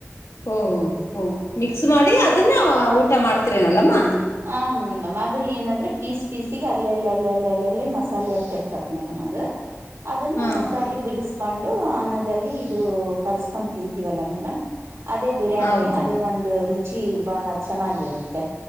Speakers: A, on the left; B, on the right.
A: ಓಹ ಹಓ ಮಿಕ್ಸ್ ಮಾಡಿ ಅದನ್ನ ಊಟ ಮಾಡ್ತರೇನಲ್ಲಮ್ಮ
B: ಆ ಮೇಡಮ್ ಅದು ಏನಂದ್ರೆ ಪೀಸ್ ಪೀಸ ಅಲ್ಲ ಅಲ್ಲ ಅಲ್ಲ ಅಲ್ಲ ಅಲ್ಲ ಮಾಲೆ ಹತ್ತತ ಮೇಡ ಅದು ಅದನ್ನ
A: ಹಾ
B: ಮಸಾಲೆ
A: ಹಾ
B: ಬಿಡಿಸಕೊಂಡು ಅನ್ನದಲ್ಲಿ ಇದು ಕಲ್ಸ್ಕೊಂಡ್ ತಿಂತೀವಲ್ಲ ಮೇಡಮ್ ಅದೇ ಬಿರಿಯಾನಿ
A: ಹೌದಮ್ಮ
B: ಅದೇ ಒಂದು ರುಚಿ ರು ಚಿ ಬಹಳ ಚೆನ್ನಾಗಿರುತ್ತೆ